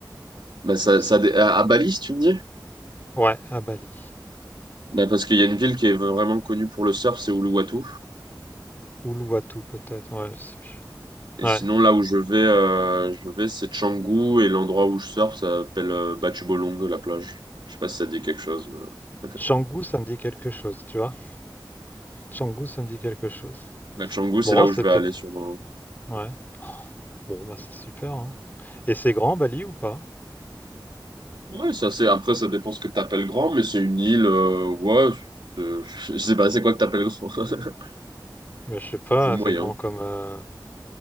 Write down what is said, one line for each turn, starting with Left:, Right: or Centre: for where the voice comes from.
Right: bah, ça,
Left: C'est
Right: ça, dé- à à Bali, si tu me dis?
Left: ouais, à Bali.
Right: Bah, parce qu'il y a une ville qui est vraiment connue pour le surf, c'est Uluwatu.
Left: Uluwatu peut-être, ouais, je sais plus.
Right: Et
Left: Ouais.
Right: sinon, là où je vais, euh, je vais, c'est Canggu et l'endroit où je surfe, ça s'appelle euh, Batchubolong, la plage. Je sais pas si ça dit quelque chose. Mais...
Left: Canggu,
Right: <laughs>
Left: ça me dit quelque chose, tu vois? Canggu, ça me dit quelque chose.
Right: Bah, Canggu, c'est
Left: Bon,
Right: là où
Left: c'est
Right: je vais
Left: peut-être
Right: aller sûrement.
Left: ouais. Oh, Bon, bah, c'est super, hein. Et c'est grand Bali ou pas?
Right: Ouais, ça c'est. Après, ça dépend ce que t'appelles grand, mais c'est une île. euh, ouais, c'est- <laughs> je sais pas, c'est quoi que t'appelles grand? <laughs>
Left: Mais je sais pas,
Right: C'est moyen.
Left: c'est grand comme, heu,